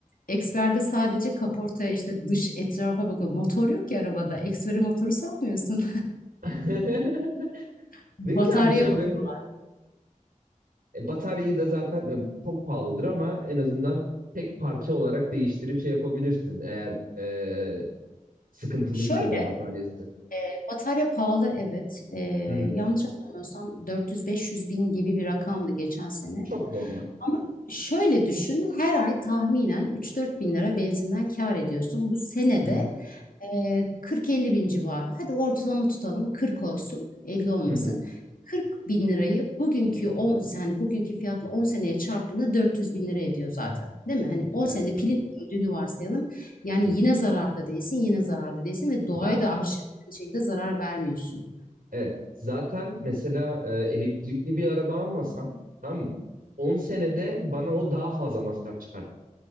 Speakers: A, on the left; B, on the right.
A: Eksperde sadece kaportaya işte dış etrafa bakıyor. Motor yok ki arabada. Ekspere motoru sokmuyorsun.
B: <laughs>
A: <laughs> Bataryaya
B: Ne güzelmiş ya.
A: bakıyorlar.
B: Ve bataryayı da zaten e, çok pahalıdır ama en azından tek parça olarak değiştirip şey yapabilirsin eğer e, sıkıntılıysa
A: Şöyle
B: da bataryası.
A: E, Batarya pahalı evet. E,
B: Hı hı.
A: yanlış hatırlamıyorsam 400-500 bin gibi bir rakamdı geçen sene.
B: Çok normal.
A: Ama şöyle düşün her ay tahminen 3-4 bin lira benzinden kâr ediyorsun. Bu senede
B: Hı hı.
A: ee, 40-50 bin civarı. Hadi ortalama tutalım. 40 olsun, 50 olmasın.
B: Hı hı.
A: 40 bin lirayı bugünkü 10 yani bugünkü fiyatla 10 seneye çarptığında 400 bin lira ediyor zaten. Değil mi? Hani 10
B: Evet.
A: senede pilin öldüğünü varsayalım. Yani
B: Hı.
A: yine zararda değilsin, yine zararda değilsin ve doğaya
B: Ben
A: da aşırı bir şekilde zarar vermiyorsun.
B: evet. Zaten mesela e, elektrikli bir araba almasam tamam mı? 10 senede bana o daha fazla masraf çıkar.